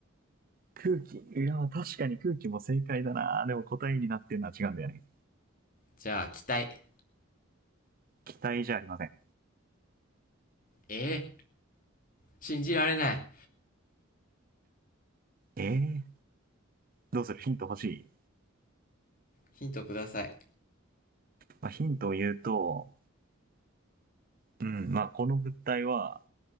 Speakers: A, on the right; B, on the left.
A: 空気。いや確かに空気も正解だなでも答えになってるのは違うんだよね。
B: じゃあ、気体。
A: 期体じゃありません。
B: え信じられない。
A: えー、どうするヒント欲しい、
B: ヒントください。
A: まあ、ヒントを言うと、うん、まあこの物体は、